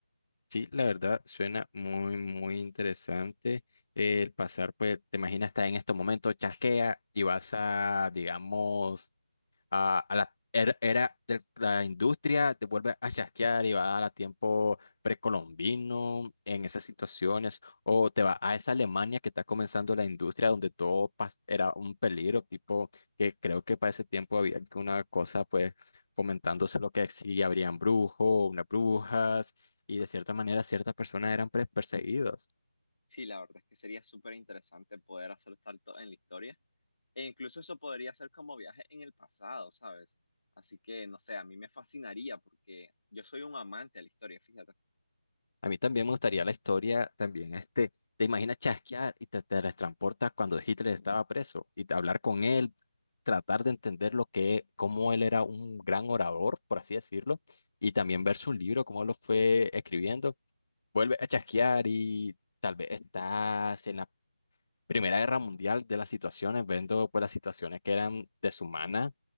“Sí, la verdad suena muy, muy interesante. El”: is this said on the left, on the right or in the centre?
Left